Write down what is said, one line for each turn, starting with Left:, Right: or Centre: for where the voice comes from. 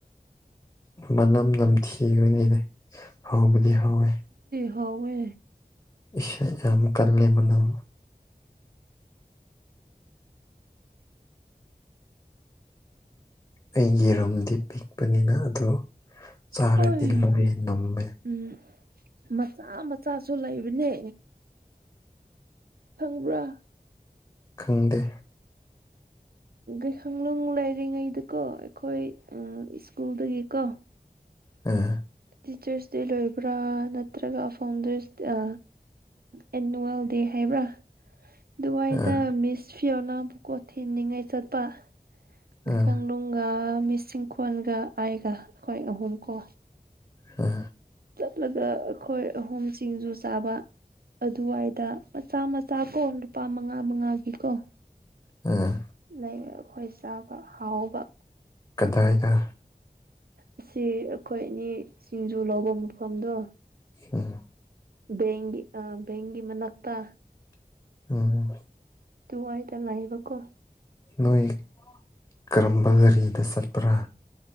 Left: ꯃꯅꯝ ꯅꯝꯊꯤꯈꯣꯏꯅ ꯑꯩꯅ ꯍꯥꯎꯕꯗꯤ ꯍꯥꯎꯋꯦ
Right: ꯊꯋꯦ
Left: ꯏ ꯌꯥꯝꯝ ꯀꯂꯦ ꯃꯅꯝ ꯑꯩꯒꯤ ꯔꯨꯝꯗꯤ ꯄꯤꯛꯄꯅꯤꯅ ꯑꯣ ꯆꯔꯦꯗꯤꯜꯂꯣꯏ
Right: ꯑꯣꯏ
Left: ꯅꯝꯃꯦ
Right: ꯎꯝ ꯃꯆꯥ ꯃꯆꯥꯁꯨ ꯂꯩꯕꯅꯦ ꯐꯪꯕ꯭ꯔꯥ
Left: ꯈꯪꯗꯦ
Right: ꯩꯈꯅꯨꯡ ꯂꯩꯔꯤꯉꯩꯗꯀꯣ ꯑꯩꯈꯣꯏ ꯁ꯭ꯀꯨꯜꯗꯒꯤꯀꯣ
Left: ꯎꯝ
Right: ꯇꯤꯆꯔꯁ ꯗꯦ ꯂꯣꯏꯕ꯭ꯔꯥ ꯅꯠꯇ꯭ꯔꯒ ꯐꯥꯎꯟꯗꯔꯁ ꯑꯦꯅꯨꯋꯦꯜ ꯗꯦ ꯍꯥꯏꯕ꯭ꯔꯥ ꯑꯗꯨꯋꯥꯏꯗ
Left: ꯑꯥ
Right: ꯃꯤꯁ ꯐꯤ ꯑꯣꯅ ꯕꯨꯀꯣ ꯊꯤꯟꯅꯤꯡꯉꯥꯏ ꯆꯠꯄ ꯃꯈꯪ
Left: ꯑꯥ
Right: ꯣꯡꯒ ꯂꯤꯁꯤꯡ ꯀꯜꯒ ꯑꯥꯏꯒ ꯑꯩꯈꯣꯏ ꯑꯍꯨꯝ ꯀꯣ
Left: ꯑ
Right: ꯆꯠꯂꯒ ꯑꯩꯈꯣꯏ ꯑꯍꯨꯝ ꯁꯤꯡꯖꯨ ꯆꯥꯕ ꯑꯗꯨꯋꯥꯏꯗ ꯃꯆꯥ ꯃꯆꯥ ꯀꯣ ꯂꯨꯄꯥ ꯃꯉꯥ ꯃꯉꯥꯒꯤꯀꯣ
Left: ꯎꯝ
Right: ꯂꯩꯕ ꯑꯩꯈꯣꯏ ꯆꯥꯕ ꯍꯥꯎꯕ
Left: ꯑꯗꯨꯗꯥꯏꯗ
Right: ꯑꯁꯤ ꯑꯩꯈꯣꯏ ꯑꯅꯤ ꯁꯤꯡꯖꯨ ꯂꯧꯕ ꯃꯐꯝꯗꯣ
Left: ꯑ
Right: ꯕꯒꯤꯤ ꯑ ꯕꯒꯤꯤ ꯃꯅ ꯑꯠꯇ
Left: ꯎꯝ
Right: ꯑꯗꯨꯋꯥꯏꯗ ꯉꯕꯀꯣ
Left: ꯅꯣꯏ ꯀꯔꯝꯕ ꯒꯥꯔꯤꯗ ꯆꯠꯄ꯭ꯔꯥ